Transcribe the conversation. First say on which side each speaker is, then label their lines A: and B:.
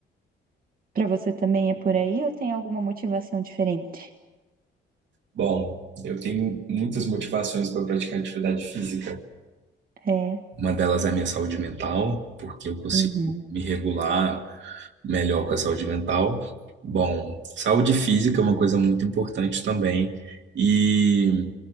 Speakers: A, on the right; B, on the right.
A: Pra você também é por aí ou tem alguma motivação diferente?
B: Bom, eu tenho muitas motivações para praticar atividade física.
A: É.
B: Uma delas é a minha saúde mental, porque eu consigo
A: Uhum.
B: me
A: <laughs>
B: regular melhor com a saúde mental. Bom, saúde física é uma coisa muito importante também. E